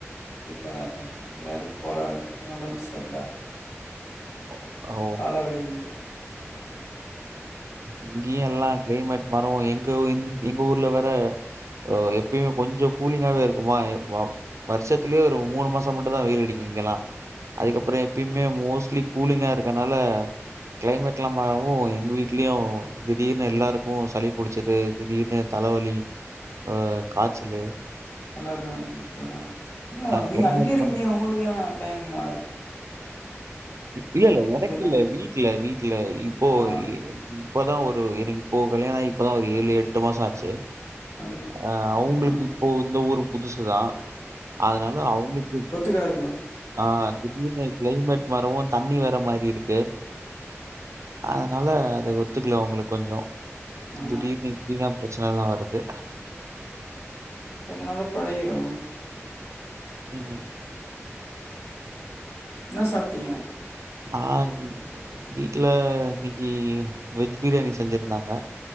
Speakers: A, on the left; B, on the right.
A: வீட்லதா இருக்கே இன்னிக் வேலக்கு போல ஒடம்பு சரில்ல
B: ஓ ஓ!
A: தல வலி இன்னிக்கு
B: இங்கேயு எல்லா கிளைமேட் மரோ எங்க ந் எங்க ஊர்ல வேர ஒ எப்பியு கொஞ்சோ கூலிங்காவே இருக்குமா எ வாப் வருஷத்துலேயே ஒரு மூனுமாசோ மட்டு தா வெயில் அடிக்கு இங்கெல்லா அதுக்கப்புறோ எப்பயுமே மோஸ்லி கூலிங்கா இருக்கனால கிளைமேட் எல்லா மாறவு எங்க வீட்லயு திடீர்னு எல்லாருக்கு சளி புடிச்சது திடீர்னு தலவலி அ காச்சலு
A: எல்லாருக்கு குடுத்த நா இல்ல நீங்க
B: கிளைமேட்
A: அங்கே இருக்கீங்க
B: மாரி
A: உங்களுக்கு எயே டைம் அதுக்கு
B: இல்ல இல்ல எனக்கு இல்ல
A: தானே
B: வீட்ல வீட்ல இப்போ
A: ஆ,
B: இங் இப்பதா ஒரு எனக்கு இம்போ கல்யாணோ ஆயி இப்பதா ஒரு ஏழு எட்டு மாசோ ஆச்சு
A: அது
B: அ அவுங்களுக்கு
A: ம்.
B: இப்போ இந்த ஊரு புதுசுதா அதனால அவுங்களுக்கு
A: பேசலா
B: ஆ திடீர்னு கிளைமேட் மாரவு தண்ணி வேற மாரி இருக்கு அதனால அது ஒத்துக்கல அவுங்களுக்கு கொஞ்சோ
A: ஆ,
B: திடீர்னு இப்டில்லா பிரச்சனல்லா வருது
A: கொஞ்ச நாள்ல பழகிடு
B: ம் ம்
A: இன்னா சாப்டிங்க
B: ஆ ம் வீட்ல இன்னைக்கி வெஜ் பிரியாணி செஞ்சிருந்தாங்க